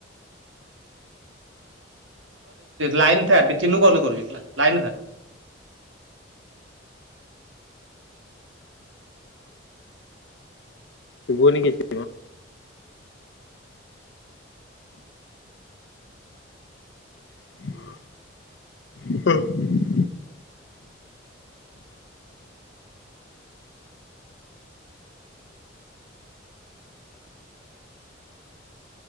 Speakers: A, on the right (about 85°); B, on the left (about 70°).
A: ଲାଇନ୍ କାଟ ଚିନୁ କଲ କରୁଛି ହେଲା ଲାଇନ୍ କାଟ
B: ଶୁଭୁନି କିଛି। <inaudible>